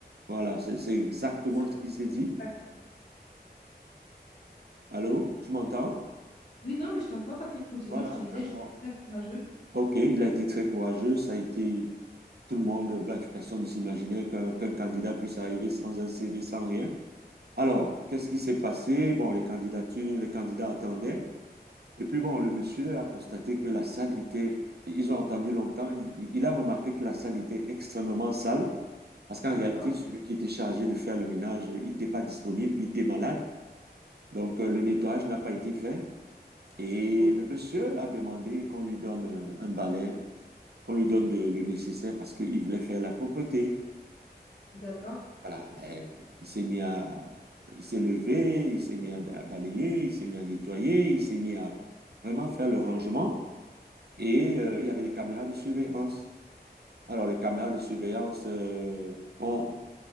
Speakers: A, on the right; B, on the left.
A: Voilà, c'est c'est exactement
B: Ça,
A: ce
B: je trouve
A: qu'il s'est dit.
B: ça-
A: Allô, tu m'entends?
B: Oui, non, mais je t'entends, Patrick, continue,
A: Voilà,
B: je te disais,
A: d'accord.
B: je trouve ça courageux.
A: OK, il a été très courageux. Ça a été tout le monde, bref, personne ne s'imaginait qu'un qu'un candidat puisse arriver sans un CV, sans rien. Alors, qu'est-ce qui s'est passé? Bon, les candidatures, les candidats attendaient. Et puis, bon, le monsieur a constaté que la salle était, ils ont attendu longtemps. Il, il- il a remarqué que la salle était extrêmement sale parce qu'en
B: D'accord,
A: réalité, celui qui était chargé de faire le ménage, il n'était pas disponible, il était malade. Donc, euh, le nettoyage n'a pas été fait. Et
B: ok,
A: le monsieur a demandé qu'on lui donne euh, un balai, qu'on lui donne de- le nécessaire parce qu'il voulait faire la propreté.
B: d'accord.
A: Voilà, ben, il s'est mis à, il s'est levé, il s'est mis à, à balayer, il s'est mis à nettoyer, il s'est mis à vraiment faire le rangement et euh, il y avait des caméras de surveillance. Alors, les caméras de surveillance euh, ont